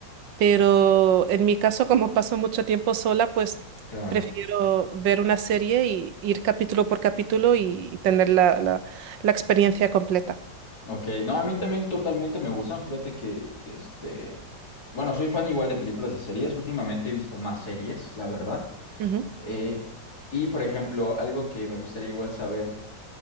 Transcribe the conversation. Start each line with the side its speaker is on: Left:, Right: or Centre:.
Right: Pero en mi caso, como paso mucho tiempo sola, pues
Left: claro.
Right: prefiero ver una serie y ir capítulo por capítulo y, y tener la, la- la experiencia completa.
Left: Ok, no, a mí también totalmente me gustan. Fíjate que, este, bueno, soy fan igual de películas y series. Últimamente he visto más series, la verdad.
Right: Ujú.
Left: Eh, y por ejemplo, algo que me gustaría igual saber,